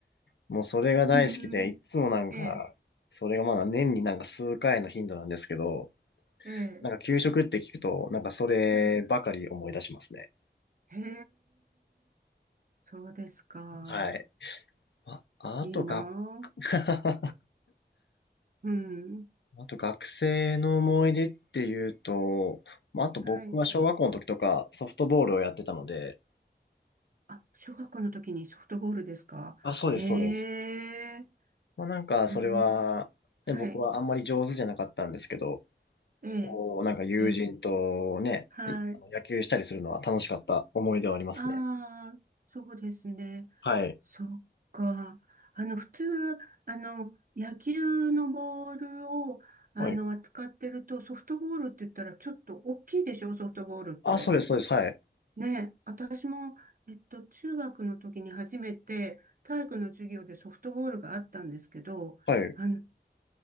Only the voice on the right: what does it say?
うん。
ええ、
ええ、
はい。へえ、そうですか。
いいなあ。
うん。
はい。あ、小学校の時にソフトボールですか。
へえ。
うんはい。
ええ、
ええ、はい。
ああ、そうですね。
そっか。あの、普通、あの、野球のボールを、あの、
扱ってると、ソフトボールって言ったらちょっと大きいでしょ、ソフトボールって。
ね、私も、えっと、中学の時に初めて体育の授業でソフトボールがあったんですけど、
あの、